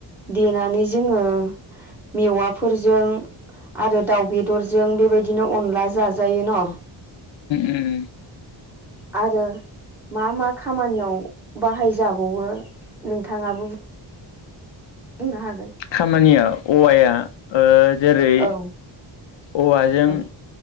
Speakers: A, in the centre; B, on the left (about 80°).
A: देनानै जोङो मेवाफोरजों आरो दाव बेदरजों बेबायदिनो अनला जाजायो न' ।
B: उम
A: आरो मा मा खामानियाव बाहायजाबावो नोंथाङाबो बुंना हागोन ।
B: खामानिया औवाया ओ जेरै
A: औ
B: औवाजों
A: औ